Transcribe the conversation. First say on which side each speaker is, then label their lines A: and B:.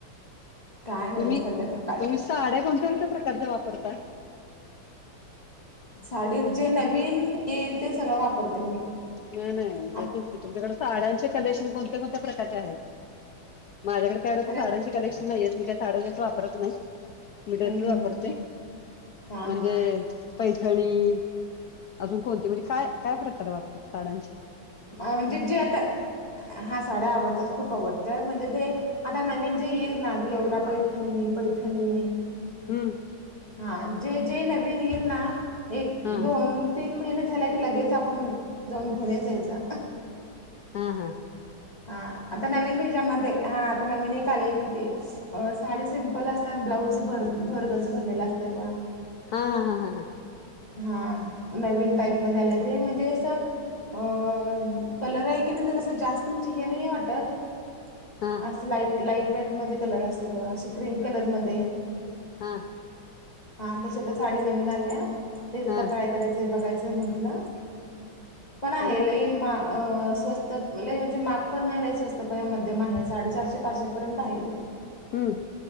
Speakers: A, on the left; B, on the left.
A: काय नवस्त
B: तुम्ही
A: त्या
B: तुम्ही साड्या कोणत्या कोणत्या प्रकारच्या वापरता
A: साडी जे नवीन येईल ते सगळं वापरते मी
B: नाही नाही म्हणजे
A: आ
B: तेच तुमच्याकडे साड्यांचे कलेक्शन कोणत्या कोणत्या प्रकारचे आहेत माझ्याकडे कायडतं
A: म्हणजे
B: साड्यांचे
A: हम्म
B: कलेक्शन नाहीयेत मी काय साड्या जस वापरत नाही मिठाची वापरते
A: हम्म हां
B: म्हणजे
A: हां
B: पैठणी अजून कोणती म्हणजे काय काय प्रकार वापरत साडांची
A: अज जेता हा साड्या आवडतात खूप आवडतात म्हणजे ते आता नवीन जे येईल ना ते येवला पैठणी पैठणी आहे
B: हम्म.
A: हा जे जे नवीन येईल ना एक
B: हा
A: दोन तीन महिने झाल्या क लगेच आप आपण जाऊन घेऊन जायचा.
B: हम हम.
A: हा आता नवीन हच्या्यामध्ये हा आता नवीन एक आलेय की ते अ साडी सिंपल असत ब्लाऊज भर भरगच भरलेला असत बघ.
B: हा हा हा हा हा.
A: हा नवीन टाईपमध्ये आलं ते म्हणजे अस अ कलर आहे की नाही तर जस जास्त त हे नाही वाटत
B: हा
A: अस.
B: हा
A: लाईट लाईट वईट मध्ये कलर असते बघ अशी क्रीम कलर मध्ये
B: हा
A: हा तशी आता साडी नवीन आल्या तेच
B: हा
A: आता ट्राय करायच बघायचंय म्हंटलं पण आहे
B: अरे वा
A: लय मा अ स्वस्तात लय म्हणजे महाग पण नाही रा स्वस्तपणे मध्यम आहे. साडेचारशे पाचशे पर्यंत आहे ते
B: हम्म